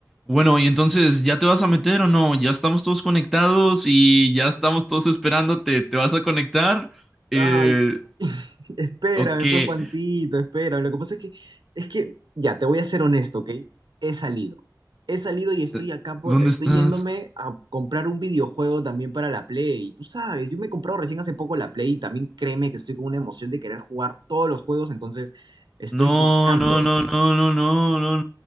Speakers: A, in the centre; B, on the right.
A: Bueno, y entonces, ¿ya te vas a meter o no? Ya estamos todos conectados y ya estamos todos esperándote. ¿Te vas a conectar? Eh,
B: Ay, espérame,
A: ¿o qué?
B: pues Juancito, espérame. Lo que pasa es que, es que, ya, te voy a ser honesto, ¿ok? He salido. He salido y estoy
A: Eh,
B: acá por,
A: ¿Dónde
B: estoy
A: estás?
B: yéndome a comprar un videojuego también para la Play. Tú sabes, yo me he comprado recién hace poco la Play y también créeme que estoy con una emoción de querer jugar todos los juegos, entonces estoy
A: No,
B: buscando,
A: no, no, no, no, no, no,